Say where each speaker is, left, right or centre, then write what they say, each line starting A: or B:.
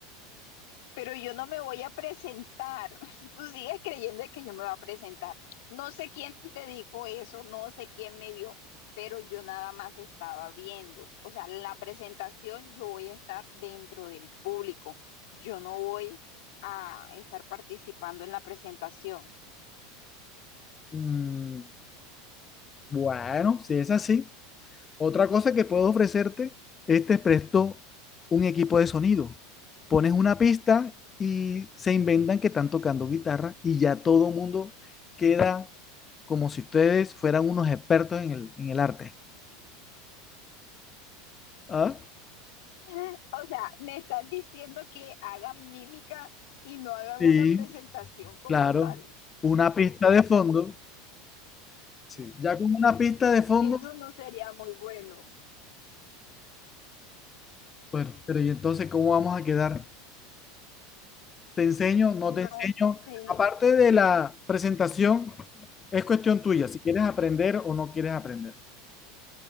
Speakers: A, on the left (about 65°); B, on the left (about 25°).
A: Pero yo no me voy a presentar. <laughs> Tú sigues creyendo que yo me voy a presentar. No sé quién te dijo eso, no sé quién me vio, pero yo nada más estaba viendo. O sea, la presentación yo voy a estar dentro del público. Yo no voy a estar participando en la presentación.
B: Mm, bueno, si es así. Otra cosa que puedo ofrecerte es te presto un equipo de sonido. Pones una pista y se inventan que están tocando guitarra y ya todo el mundo queda como si ustedes fueran unos expertos en el, en el arte. ¿Ah?
A: <laughs> O sea, me estás diciendo que hagan mímica y no hagan
B: Sí,
A: una presentación como
B: claro.
A: tal.
B: Una pista de fondo Sí, ya con una pista de fondo,
A: Eso no sería muy bueno.
B: bueno, pero ¿y entonces cómo vamos a quedar? ¿Te enseño? ¿No te
A: No
B: enseño?
A: sé.
B: Aparte de la presentación, es cuestión tuya, si quieres aprender o no quieres aprender.